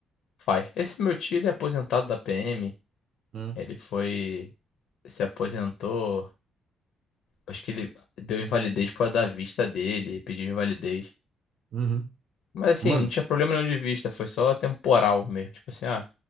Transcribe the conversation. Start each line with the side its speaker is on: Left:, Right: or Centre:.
Left: faz. Esse meu tio, ele é aposentado da PM.
Right: Hum,
Left: Ele foi, se aposentou Acho que ele deu invalidez por causa da vista dele, pediu invalidez.
Right: uhum.
Left: Mas assim,
Right: Mano,
Left: não tinha problema nenhum de vista, foi só temporal mesmo. Tipo assim, ah,